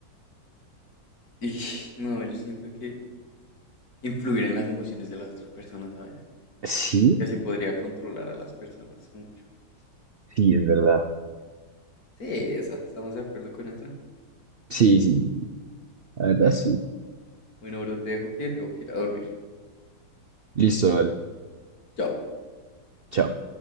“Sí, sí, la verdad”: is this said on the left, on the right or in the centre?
Right